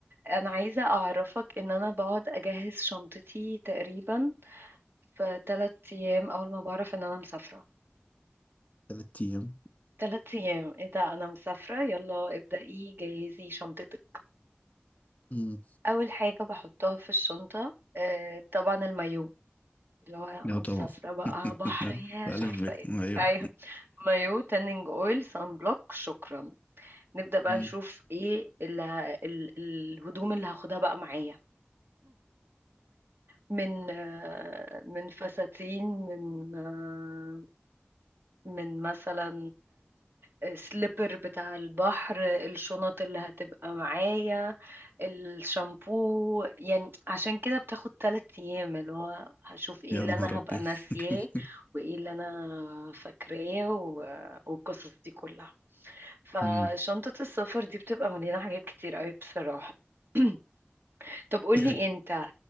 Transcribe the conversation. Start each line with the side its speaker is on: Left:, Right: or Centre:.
Right: انا عايزة اعرفك ان انا بقعد اجهز شنطتي تقريبا في ثلاث ايام اول ما بعرف ان انا مسافرة
Left: تلات أيام
Right: ثلاث ايام ايه ده انا مسافرة يلا ابدأي جهزي شنطتك
Left: أمم.
Right: اول حاجة بحطها في الشنطة آه، طبعا المايو اللي هو انا
Left: لا طبعا
Right: مسافرة بقى بحر
Left: <laughs>
Right: يا
Left: ألف
Right: مش عارفة
Left: ب
Right: ايه
Left: أيوه
Right: ايوه مايو تانينج اويل سان بلوك شكرا نبدأ بقى
Left: أمم.
Right: نشوف ايه اللي ه... ال- الهدوم اللي هاخدها بقى معايا من آه، من فساتين من آه، من مثلا آه، سليبر بتاع البحر الشنط اللي هتبقى معايا الشامبو يعني عشان كده بتاخد تلات ايام اللي هو هشوف ايه
Left: يا
Right: اللي
Left: نهار
Right: انا
Left: أبيض
Right: هبقى ناسياه
Left: <laughs>
Right: وايه اللي انا فاكراه و- والقصص دي كلها فشنطة
Left: أمم.
Right: السفر دي بتبقى مليانة حاجات كتير قوي بصراحة <clears throat> طب قولي
Left: في حاجة
Right: انت